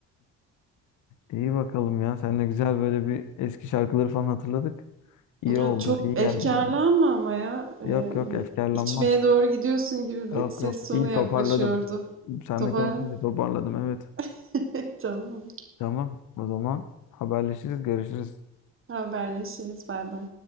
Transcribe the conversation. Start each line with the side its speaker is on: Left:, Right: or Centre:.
Left: İyi bakalım ya. Seninle güzel böyle bir eski şarkıları falan hatırladık. İyi
Right: Ya
Left: oldu.
Right: çok
Left: iyi geldi
Right: efkarlanma
Left: oldu.
Right: ama ya Ee,
Left: Yok yok
Right: hani
Left: efkarlanmam.
Right: içmeye doğru gidiyorsun gibi bir
Left: Yok
Right: ses
Left: yok.
Right: tonu
Left: İyi
Right: yaklaşıyordu.
Left: toparladım. Seninle
Right: Toparladın
Left: konuşunca
Right: mı?
Left: toparladım. Evet.
Right: <laughs> Tamam.
Left: Tamam. O zaman haberleşiriz. Görüşürüz.
Right: Haberleşiriz. Bay bay.